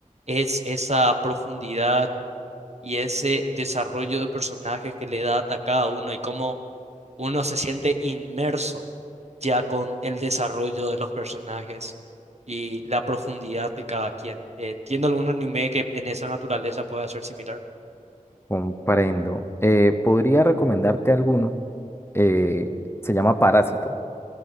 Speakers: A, on the right; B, on the left.
A: Es esa profundidad y ese desarrollo de personajes que le da a cada uno y cómo uno se siente inmerso ya con el desarrollo de los personajes y la profundidad de cada quien. Eh, ¿Entiendo algún anime que en esa naturaleza pueda ser similar?
B: comprendo. Eh, podría recomendarte alguno, eh, se llama Parásito.